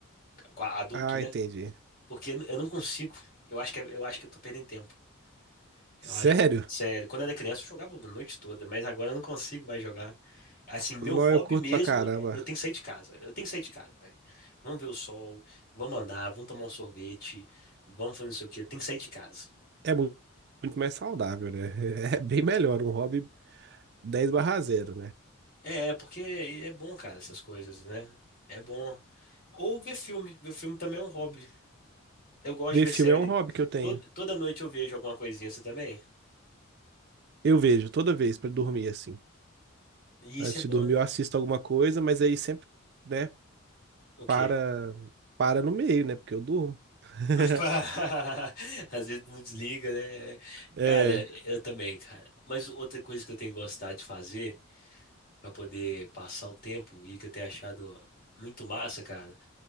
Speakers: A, on the left (about 45°); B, on the right (about 50°).
A: Com a- Adulto,
B: Ah,
A: né?
B: entendi.
A: Porque eu, não eu não consigo. Eu acho que, é- eu acho que eu tô perdendo tempo. Eu
B: Sério?
A: acho que. Sério, quando eu era criança eu jogava a noite toda, mas agora eu não consigo mais jogar. Assim, meu
B: Não,
A: hobby
B: eu curto
A: mesmo
B: pra caramba.
A: é eu tenho que sair de casa. Eu tenho que sair de casa, velho. Vamos ver o sol, vamos andar, vamos tomar um sorvete, vamos fazer não sei o quê. Eu tenho que sair de casa.
B: é mu- muito mais saudável, né? <laughs> É bem melhor, um hobby dez barra 0, né?
A: É, porque é bom, cara, essas coisas, né? É bom. Ou ver filme. Ver filme também é um hobby. Eu gosto
B: Ver
A: de ver
B: filme
A: série.
B: é um hobby que eu tenho.
A: Toda, toda noite eu vejo alguma coisinha, você também?
B: Eu vejo toda vez pra dormir, assim.
A: E isso
B: Antes
A: é bom,
B: de dormir
A: né?
B: eu assisto alguma coisa, mas aí sempre, né,
A: O quê?
B: para, para no meio, né? Porque eu durmo. <laughs>
A: <laughs> Às vezes não desliga, né?
B: É,
A: Cara, eu também, cara. Mas outra coisa que eu tenho gostado de fazer pra poder passar o tempo e que eu tenho achado muito massa, cara,